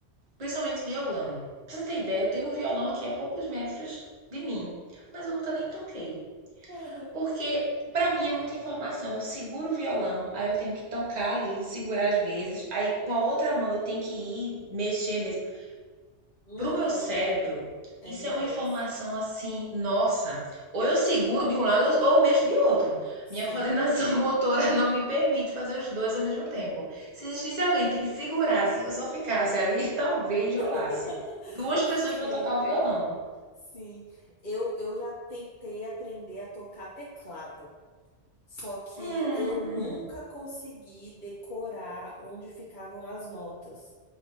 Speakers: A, on the right; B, on the left.
A: principalmente violão. Pra você ter ideia, eu tenho um violão aqui a poucos metros de mim, mas eu nunca nem toquei.
B: Uhum,
A: Porque pra mim é muita informação. Eu seguro o violão, aí eu tenho que tocar ali, segurar às vezes, aí com a outra mão eu tenho que ir mexer mesmo.
B: uhum,
A: Pro meu cérebro,
B: é
A: isso
B: demais.
A: é uma informação assim, nossa. Ou eu seguro de um lado ou eu mexo de outro.
B: Sim,
A: Minha coordenação <laughs> motora não me permite fazer os dois ao mesmo tempo. Se existisse alguém que segurasse, eu só ficasse ali, <laughs> talvez rolasse.
B: <laughs>
A: Duas pessoas
B: sim.
A: pra tocar o violão.
B: Sim, eu, eu já tentei aprender a tocar teclado, só que
A: Hum.
B: eu nunca
A: hum.
B: consegui decorar onde ficavam as notas.